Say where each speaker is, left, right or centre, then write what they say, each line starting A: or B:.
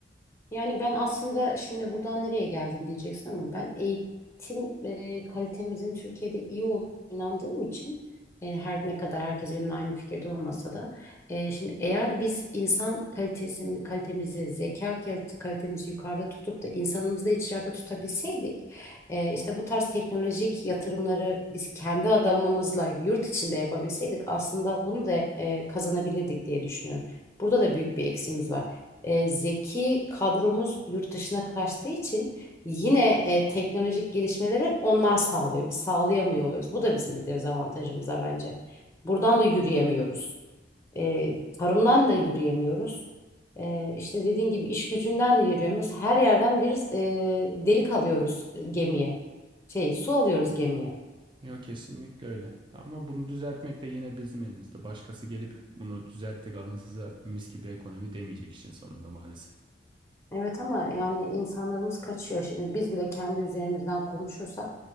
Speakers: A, on the left; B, on the right.
A: Yani ben aslında şimdi buradan nereye geldin diyeceksin ama ben eğitim e, kalitemizin Türkiye'de iyi olduğuna inandığım için e, her ne kadar herkes benimle aynı fikirde olmasa da e, şimdi eğer biz insan kalitesini, kalitemizi, zeka kalit- kalitemizi yukarıda tutup da insanımızı da içeride tutabilseydik e, işte bu tarz teknolojik yatırımları biz kendi adamımızla yurt içinde yapabilseydik aslında bunu da e, kazanabilirdik diye düşünüyorum. Burada da büyük bir eksimiz var e, zeki kadromuz yurt dışına kaçtığı için yine e, teknolojik gelişmeleri onlar sağlıyor. Biz sağlayamıyor oluruz. Bu da bizim bir dezavantajımıza bence. Buradan da yürüyemiyoruz. E, tarımdan da yürüyemiyoruz. E, işte dediğin gibi iş gücünden de yürüyemiyoruz. Her yerden bir e, delik alıyoruz e, gemiye. Şey, su alıyoruz gemiye.
B: Yok kesinlikle öyle. Ama bunu düzeltmek de yine bizim elimizde. Başkası gelip bunu düzelttik alın size mis gibi ekonomi demeyecek işin sonunda maalesef.
A: Evet ama yani insanlarımız kaçıyor. Şimdi biz bile kendi üzerimizden konuşursak